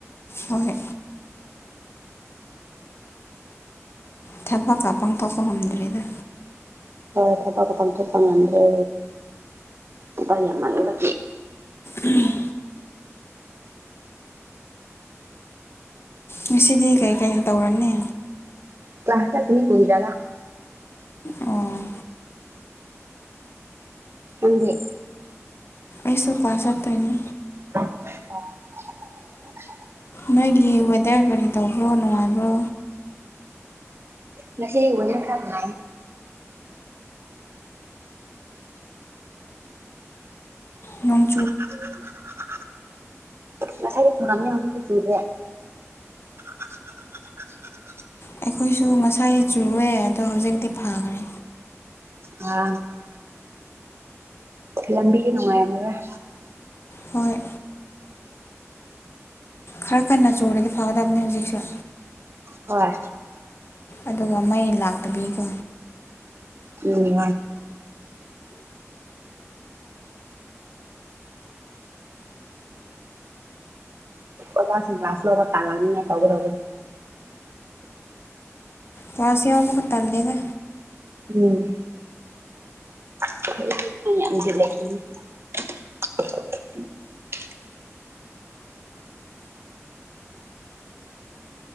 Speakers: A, on the left; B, on the right.
A: ꯍꯣꯏ ꯍꯣꯏ ꯊꯕꯛꯀ ꯄꯥꯡꯊꯣꯛꯄ ꯉꯝꯗ꯭꯭ꯔꯔꯤꯗ
B: ꯍꯣꯏ ꯊꯕꯛꯀ ꯄꯥꯡꯊꯣꯛꯄ ꯉꯟꯗ꯭ꯔꯦ ꯄꯥ ꯌꯥꯝ ꯃꯥꯟꯂ
A: ꯎꯝ ꯉꯁꯤꯗꯤ ꯀꯔꯤ ꯀꯔꯤ ꯇꯧꯔꯅꯤ
B: ꯀ꯭ꯂꯥꯁꯇꯅꯤ ꯄꯨꯗꯒ
A: ꯑꯣ
B: ꯑꯗ
A: ꯑꯁꯨꯀꯣꯁꯇꯣꯏꯅ
B: ꯑꯣ
A: ꯅꯣꯏꯒꯤ ꯋꯦꯗꯔ ꯀꯔꯤ ꯇꯧꯕ꯭ꯔꯣ ꯅꯨꯡꯉꯥꯏꯕ꯭ꯔꯣ
B: ꯉꯁꯤ ꯋꯥꯖꯦ ꯐꯝꯅꯥ
A: ꯎꯝ
B: <unintelligible> ꯉꯁꯥꯏꯒꯤ ꯆꯨꯔꯝꯅꯤ ꯍꯧꯖꯤꯛꯇꯤ ꯆꯨꯨꯔ꯭ꯔꯦ <unintelligible>
A: ꯑꯩꯈꯣꯏꯁꯨ ꯉꯁꯥꯏ ꯆꯨꯋꯦ ꯑꯗꯣ ꯍꯧꯖꯤꯛꯇꯤ ꯐꯥꯈ꯭ꯔꯦ
B: ꯑ ꯂꯝꯕꯤꯒꯤ ꯅꯨꯡꯉꯥꯏꯔꯝꯃꯒꯣꯏ
A: ꯍꯣꯏꯣꯏ ꯈꯔ ꯀꯟꯅ ꯆꯨꯔꯦꯗꯤ ꯐꯒꯗꯕꯅꯤ ꯍꯧꯖꯤꯛꯁꯨ
B: ꯍꯣꯏ
A: ꯑꯗꯨꯒ ꯃꯩ ꯂꯥꯛꯇꯕꯤꯀꯣ
B: ꯎ ꯌꯥꯅꯤ ꯑꯣꯁꯤ ꯀ꯭ꯂꯥꯁꯂꯕ ꯇꯥꯟ ꯂꯅꯤ ꯇꯧꯒꯔ ꯇꯧ
A: ꯎꯝ ꯑꯥꯁ ꯌꯥꯎꯕ ꯊꯂꯦꯗ
B: ꯎꯝ <inaudible> <inaudible> <inaudible>